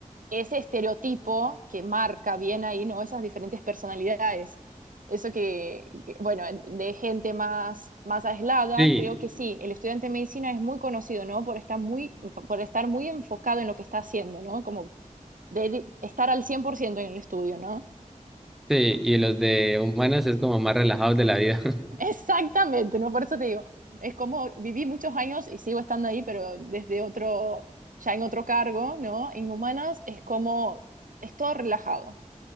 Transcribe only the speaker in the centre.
Sí.
Sí, y los de humanas es como más relajados de la vida.